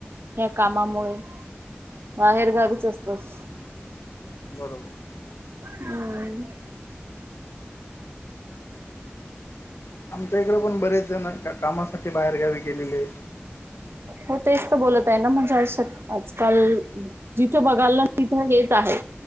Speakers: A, on the right (about 70°); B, on the left (about 85°).
A: या्या कामामुळे बाहेर गावीच असतस
B: बरोबर,
A: हम्म,
B: आमच्या इकडे पण बरेच जण त्या कामासाठी बाहेर गावी गेलेले आहे.
A: हो तेच तर बोलत आहे ना म्हणजे अशक्य आजकाल. जिथं बघायलं ना तिथं हेचं आहे.